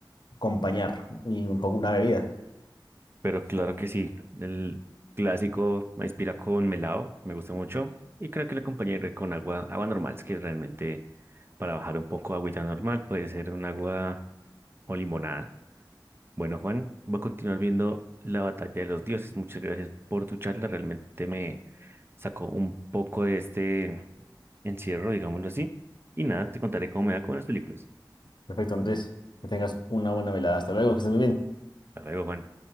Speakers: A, on the left; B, on the right.
A: acompañar y un poco una bebida.
B: Pero claro que sí, el clásico maíz pira con melado me gusta mucho y creo que lo acompañaré con agua, agua normal, es que realmente para bajar un poco agüita normal puede ser un agua o limonada. Bueno, Juan, voy a continuar viendo la batalla de los dioses. Muchas gracias por tu charla, realmente me sacó un poco de este encierro, digámoslo así. Y nada, te contaré cómo me va con las películas.
A: Perfecto, Andrés, que tengas una buena velada. Hasta luego, que estés muy bien.
B: Hasta luego, Juan.